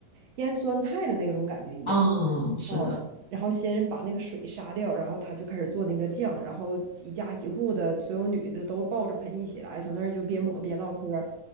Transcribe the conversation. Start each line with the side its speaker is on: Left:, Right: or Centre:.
Right: 腌酸菜的那种感觉一样。
Left: 嗯，是的，
Right: 哦，然后先把那个水杀掉，然后他就开始做那个酱，然后几家几户的所有女的都抱着盆一起来，从那儿就边抹边唠嗑儿，